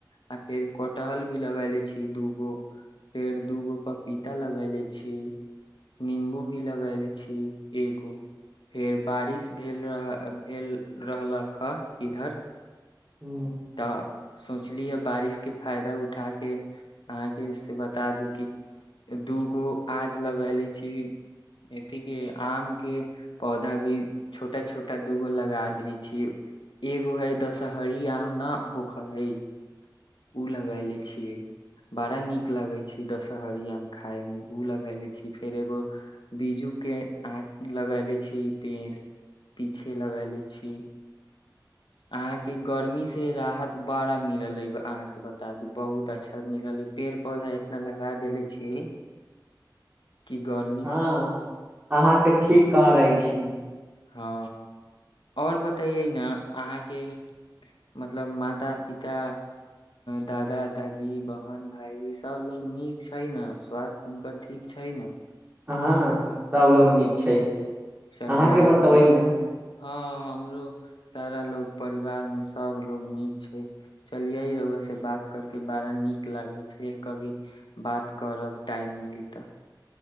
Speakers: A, on the left; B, on the right.
A: आ फेर कटहल भी लगैले छी दू गो फेर दू गो पपीता लगैले छी नीबू भि लगैले छी एगो फेर बारिश भेल रह भेल रहलक ह इधर
B: हुँ
A: तऽ सोचली हँ बारिश केँ फायदा उठा केँ अहाँकेँ से ब ता दू कि दू गो आज लगैले छी एथ कि आमके पौधा भी छोटा छोटा दूगो लगा दै छी एगो है दशहरी आम न होखलै ओ लगैले छियै बड़ा नीक लगै छै दशहरियामे खाायमे ओ लगगैले छी फेर एगो बीजू के आ लगले छी पेड़ पीछे लगा ले छी अहां के गर्मी से राहत बड़ा मिलल अ ऐबा अहाँ से बता दू बहुत अच्छा मिलल है पेड़ पौधा इतना लगा देेले छीिये
B: <inaudible>
A: क गरम
B: हँ अहाँके ठीक कह रहे छी
A: हँ आओर बतइयै ने अहाँके मतलब माता पिता दादा दादी बहन भायजी सब लोग नीक छै ने स्वास्थ हुनकर ठीक छै ने
B: हह सब लोग नीक छै अहाँके
A: चलियै
B: बतेबै
A: ठीक
B: न
A: हँ हमरो सारा लोग परिवार मे सब लोग नीक छै चलियै रहुए से बात करिक बारा नीक लागल फेर कभी बात करब टाइम मिली तऽ